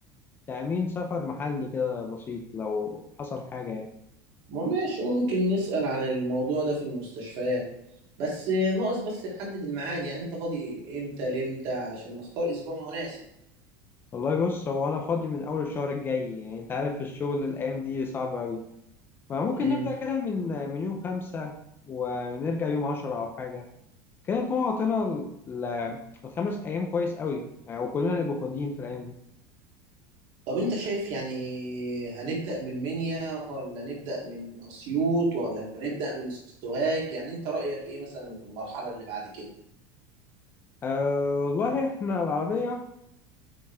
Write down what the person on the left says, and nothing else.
تأمين سفر محلي كده بسيط لو حصل حاجة يعني
والله بص هو أنا فاضي من أول الشهر الجاي يعني أنت عارف الشغل الأيام دي صعب أوي فممكن
نبدأ كده من من يوم خمسة ونرجع يوم عشرة أو حاجة كده نكون غطينا ال- ال- الخمس أيام كويس أوي يعني وكلنا نبقى فاضيين في الأيام دي
أه والله إحنا العربية